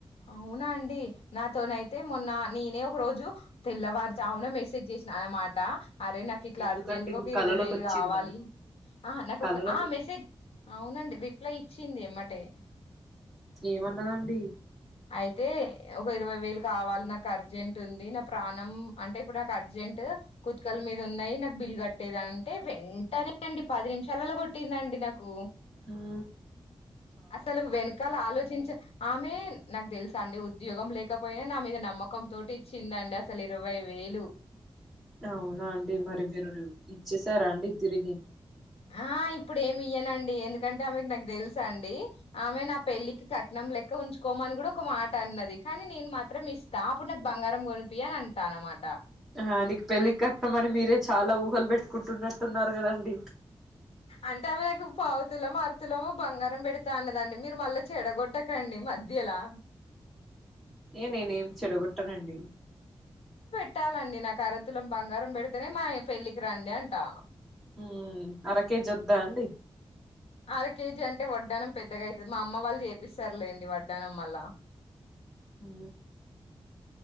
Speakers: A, on the left; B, in the centre.
A: అవునా అండి నాతోనైతే మొన్న నేనే ఒక రోజు తెల్లవారుజామున మెసేజ్ చేసినా అన్నమాట. అరే నాకు ఇట్లా
B: ఎందుకండి
A: అర్జెంట్గా ఒక
B: కళలోకి
A: ఇరవై వేలు
B: వచ్చిందా
A: కావాలి ఆ నాకు
B: కళలోకి
A: ఒక ఆ మెసేజ్ అవునండి రిప్లై ఇచ్చింది ఎమ్మటే
B: ఏమన్నాడండి
A: అయితే ఒక ఇరవై వేలు కావాలి నాకు అర్జెంట్ ఉంది నా ప్రాణం అంటే ఇప్పుడు నాకు అర్జెంట్ కుతికల మీద ఉన్నాయి నాకు బిల్ కట్టేది అంటే వెంటనే అండి పది నిమిషాలలో కొట్టిందండి నాకు
B: హు
A: అసలు వెనకాల ఆలోచించే ఆమె నాకు తెలుసు అండి ఉద్యోగం లేకపోయినా నా మీద నమ్మకం తోటి ఇచ్చిందండి అసలు ఇరవై వేలు
B: అవునా అండి మరి మీరు ఇచ్చేశార అండి తిరిగి
A: ఆ ఇప్పుడు ఏమి ఇయ్యనండి ఎందుకంటే ఆమెకు నాకు తెలుసా అండి ఆమె నా పెళ్ళికి కట్నం లెక్క ఇ ఉంచుకోమని కూడా ఒక మాట అన్నది కానీ నేను మాత్రం ఇస్తా అప్పుడు నాకు బంగారం కొనిపి అని అంటా అనమాట
B: ఆ నీకు పెళ్ళి కట్టం అని మీరే చాలా ఊహలు పెట్టుకుంటున్నట్టున్నారు కదండి.
A: అంటే ఆమెకు పావుతులము అర్ధ తులం బంగారం పెడతా అన్నదండి మీరు మళ్ళా చెడగొట్టకండి మధ్యలా
B: ఏ నేనేం చెడగొట్టనండి
A: ట్టాలండి నాకు అరతులం బంగ బంగారం పెడుతేనే మా పెళ్లికి కి రండి అంటా
B: హు అర కేేజీ వద్దా అండి
A: అర కేజీ అంటే వడ్డానం పెద్దగా అయితది మా అమ్మ వాళ్ళు చేపిస్తారులేండి వడ్డానం మళ్ళ
B: హు